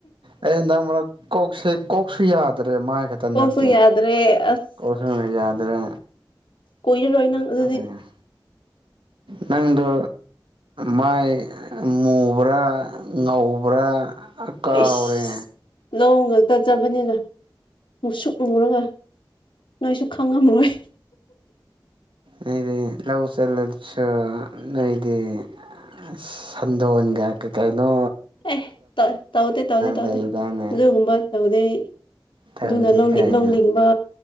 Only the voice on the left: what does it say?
ꯒꯣꯢ ꯌꯥꯗ꯭ꯔꯦ ꯑꯁ
ꯀꯣꯏꯔꯔꯣꯏ ꯅꯪ ꯑꯗꯨꯗꯤ
ꯏꯁ ꯂꯧ ꯉꯛꯇ ꯆꯠꯄꯅꯤꯅ ꯃꯨꯁꯨꯛ ꯃꯨꯔꯒ ꯅꯣꯏꯁꯨ ꯈꯪꯉꯝꯔꯣꯏ
ꯑꯦ ꯇꯧ ꯇꯧꯗꯦ ꯇꯧꯗꯦ ꯇꯧꯗꯦ
ꯑꯗꯨꯒꯨꯝꯕ ꯇꯧꯗꯦ ꯑꯩ
ꯑꯗꯨꯅ
ꯂꯧꯂꯤꯡꯕ